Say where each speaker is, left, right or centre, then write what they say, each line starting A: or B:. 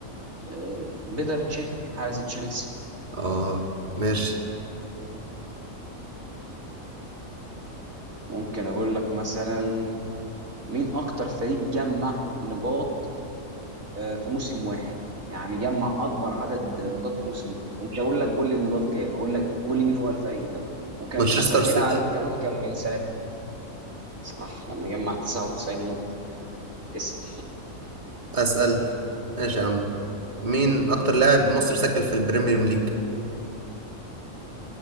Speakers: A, on the right; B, on the right.
A: آه، بيتر تشيك حارس تشيلسي
B: اه ماشي
A: ممكن اقول لك مثلا مين اكتر فريق جمع نقاط آه، في موسم واحد يعني جمع اكبر عدد نقاط في موسم واحد ومش هقول لك قول لي النقاط كام هقول لك قول لي مين هو الفريق ده وكان
B: مانشستر
A: اسهلها
B: سيتي
A: عليك كمان كان من سنه صح لما جمع 99 نقطه اسال
B: اسأل ماشي يا عم مين اكتر لاعب مصري سجل في البريمير ليج